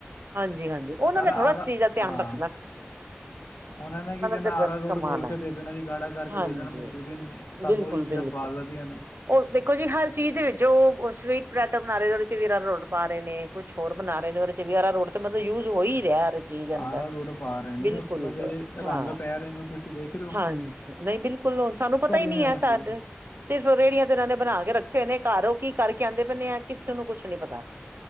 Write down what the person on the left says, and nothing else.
ਸਾਰਾ
ਆਰਾ
ਹਾਂ
ਉਹਨਾਂ ਨੇ ਕੀ ਕਰਣਾ
ਆਰਾਰੋਟ
ਗੋਲ ਕੇ ਦੇ ਦੇਣਾ। ਜੀ ਗਾੜਾ ਕਰਕੇ
ਦੇ ਦੇਣਾ ਮਨਚੂਰੀਅਨ। ਸਾਨੂੰ
ਉਹੀ ਚੀਜ਼ਾਂ
ਸਵਾਦ ਲੱਗਦੀਆਂ ਨੇ।
ਆਰਾ ਰੋਡ ਪਾ ਰਹੇ ਨੇ
ਉਸ ਤੋਂ ਬਾਅਦ ਜਿਹੜੇ
ਰੰਗ ਪੈ ਰਹੇ ਨੇ ਤੁਸੀਂ ਦੇਖ ਰਹੇ ਹੋ
ਕਰ
ਲੈਣੇ
ਆ
ਅਸੀਂ